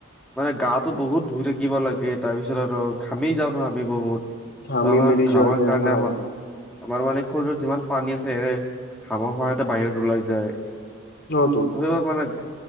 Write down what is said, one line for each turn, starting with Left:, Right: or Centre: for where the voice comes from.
Centre: মানে গাটো বহুত ধুই থাকিব লাগে তাৰপিছত, আৰু ঘামি যাওঁ ন'হ আমি বহুত।
Left: ঘামি
Centre: ট আমাৰ
Left: মেলি
Centre: ঘামাৰ
Left: যোৱা যায়
Centre: কাৰণে
Left: হা
Centre: আমাৰ আমাৰ মানে শৰীৰত যিমান পানী আছে স ঘামৰ সহায়তে বাহিৰত ওলাই যায়।
Left: অহতো।
Centre: ধৰিব পৰা নাই।